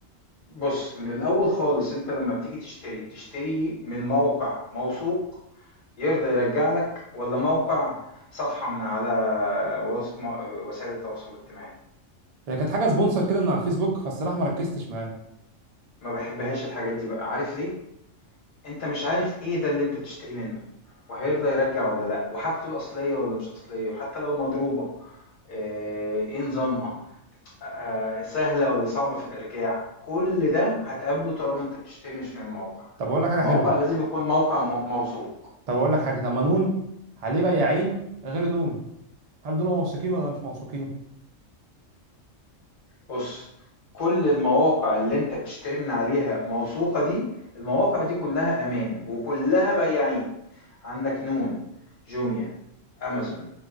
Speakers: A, on the left; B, on the right.
A: بُص، من الأول خالص أنت لمّا بتيجي تشتري، بتشتري من موقع موثوق يرضى يرجّع لك والّا موقع صفحة من على وس م وسائل التواصل الاجتماعي؟
B: هي كانت حاجه سبونسر كده من على الفيسبوك فالصراحه ما ركزتش معاه
A: ما باحبهاش الحاجات دي بقى، عارف ليه؟ أنت مش عارف إيه ده اللي أنت بتشتريه منه وهيرضى يرجّع والّا لأ وحاجته أصلية والّا مش أصلية وحتى لو مضروبة آآ، إيه نظامها؟ آآ سهلة والّا صعبة في الإرجاع، كل ده هتقابله طالما أنت بتشتري مش من موقع،
B: طب اقول لك حاجه
A: الموقع
B: حلوه
A: لازم يكون موقع م موثوق.
B: طب اقول لك حاجه طب ما نون عليه بياعين غير نون هل دول موثوقين ولا مش موثوقين
A: بُص، كل المواقع اللي أنت بتشتري من عليها موثوقة دي، المواقع دي كلها أمان وكلها بياعين، عندك نون، جوميا، أمازون،